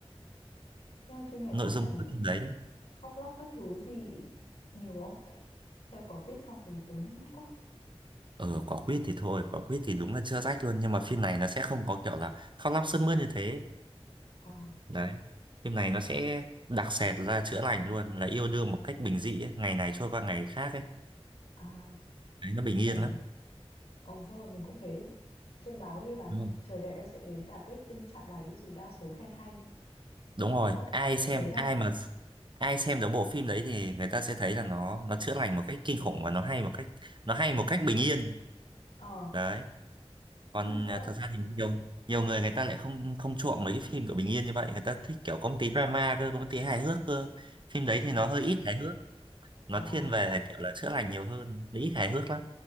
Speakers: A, on the left; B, on the right.
A: Nhưng mà phim này
B: nội
A: có
B: dung
A: cảnh
B: của cái phim đấy
A: khóc lóc các thứ gì nhiều không? Tại xem quả quýt xong thì tốn nước mắt quá.
B: Ờ, quả quýt thì thôi, quả quýt thì đúng là chưa rách luôn nhưng mà phim này nó sẽ không có kiểu là khóc lóc sướt mướt như thế.
A: À,
B: Đấy. Phim này nó sẽ đặc sệt là chữa lành luôn, là yêu đương một cách bình dị ấy. Ngày này trôi qua ngày khác ấy.
A: à,
B: Đấy, nó bình
A: ồ,
B: yên lắm.
A: ồ xong rồi mình cũng thấy trên báo ghi là
B: Đúng không?
A: chờ đẹp em sẽ đến đạt rating chạm đáy dù đa số khen hay.
B: Đúng rồi,
A: Sao lại,
B: ai
A: sao
B: xem
A: lại thế nhỉ?
B: ai mà ai xem được bộ phim đấy thì người ta sẽ thấy là nó nó chữa lành một cách kinh khủng và nó hay một cách nó hay một cách bình yên.
A: Ờ,
B: Đấy.
A: nhưng
B: còn
A: mà sao...
B: à, thật ra thì nhiều nhiều người người ta lại không không chuộng mấy cái phim kiểu bình yên như vậy người ta thích kiểu có một tí drama cơ có một tí hài hước cơ phim
A: Ờ,
B: đấy
A: ờ,
B: thì nó hơi ít hài hước nó
A: à,
B: thiên về kiểu là chữa lành nhiều hơn nó ít hài hước lắm